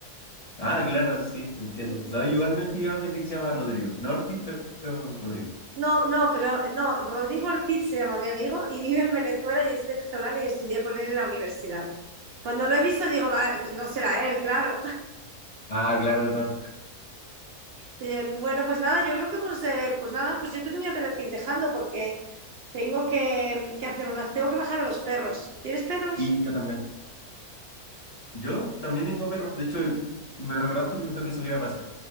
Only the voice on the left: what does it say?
Ah, claro, sí, entiendo.
No, igual me han pillado gente que se llama Rodrigo. No Ortiz, pero pero Rodrigo.
Ah, claro, no.
Y yo también. Yo también tengo perros. De hecho, me recordaste que los tengo que salir a pasear.